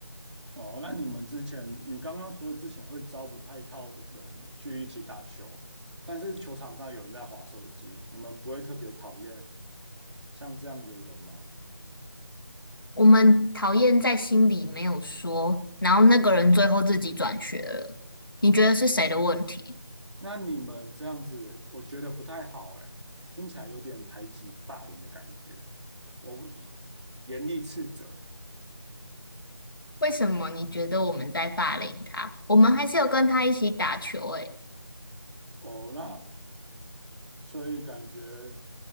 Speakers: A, on the right; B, on the left.
A: 哦，那你们之前，你刚刚说之前会招不太到人去一起打球，但是球场上有人在划手机，你们不会特别讨厌像这样子的人吗？
B: 我们讨厌在心里没有说，然后那个人最后自己转学了，你觉得是谁的问题？
A: 那你们这样子，我觉得不太好，哎，听起来有点排挤霸凌的感觉。我不一严厉斥责，
B: 为什么你觉得我们在霸凌他？我们还是有跟他一起打球诶。
A: 哦，那所以感觉